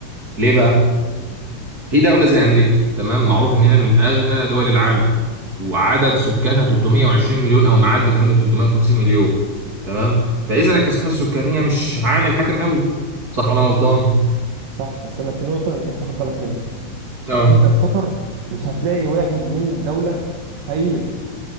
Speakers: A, on the right (about 25°); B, on the right (about 60°).
A: ليه بقى في دولة زي أمريكا تمام معروف إن هي من أغنى دول العالم وعدد سكانها 320 مليون أو معدي كمان ال 350 مليون تمام فإذا الكثافة السكانية مش عامل حاكم قوي صح ولا أنا غلطان؟
B: صح بس انا في نقطه انت مش واخد بالك منها
A: اه
B: انت في قطر مش هتلاقي واحد من الدوله فقير